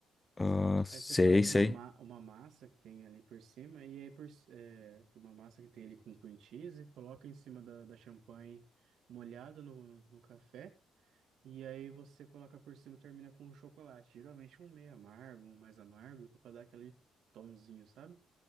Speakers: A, on the left; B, on the right.
A: Ah, sei,
B: Aí você faz
A: sei.
B: uma, ma- uma massa que tem ali por cima, e aí por, c- é, uma massa que tem ali com cream cheese, coloca em cima da, da champanhe molhada no, no café, e aí você coloca por cima e termina com um chocolate. Geralmente um meio amargo, um mais amargo, que é pra dar aquele tomzinho, sabe?